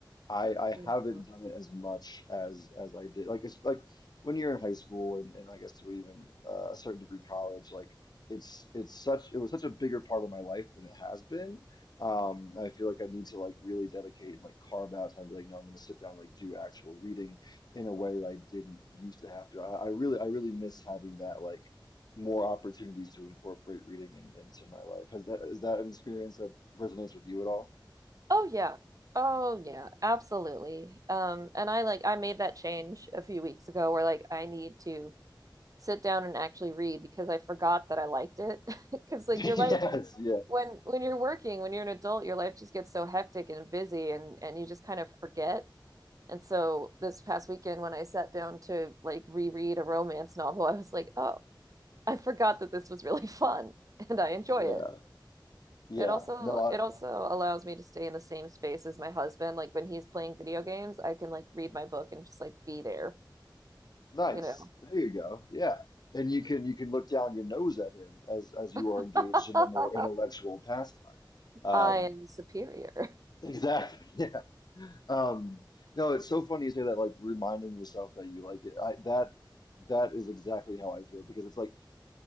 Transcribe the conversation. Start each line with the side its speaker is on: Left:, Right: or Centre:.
Left: I I haven't
Right: Mhm.
Left: done it as much as as I did. Like it's like when you're in high school and, and I guess to even uh, a certain degree college, like it's it's such it was such a bigger part of my life than it has been. Um, I feel like I need to like really dedicate and like carve out time to be like, no, I'm gonna sit down and like do actual reading in a way that I didn't used to have to. I, I really I really miss having that like more opportunities to incorporate reading in, into my life. Has that is that an experience that resonates with you at all?
Right: oh yeah oh yeah absolutely um and I like I made that change a few weeks ago where like I need to sit down and actually read because I forgot that I liked it. Because <laughs> like
Left: <laughs>
Right: your life
Left: Yes, yeah.
Right: when when you're working, when you're an adult, your life just gets so hectic and busy and and you just kind of forget. And so this past weekend when I sat down to like reread a romance novel, <laughs> I was like, "Oh, I forgot that this was really <laughs> fun and I enjoy
Left: Yeah.
Right: it."
Left: Yeah.
Right: It also
Left: No, I,
Right: it also allows me to stay in the same space as my husband. Like when he's playing video games, I can like read my book and just like be there,
Left: nice.
Right: you know.
Left: There you go. Yeah. And you can you can look down your nose at him as as you are
Right: <laughs>
Left: engaged in the more intellectual pastime. Um,
Right: I am superior.
Left: exactly. <laughs> Yeah. Um, no, it's so funny you say that, like reminding yourself that you like it. I, that that is exactly how I feel because it's like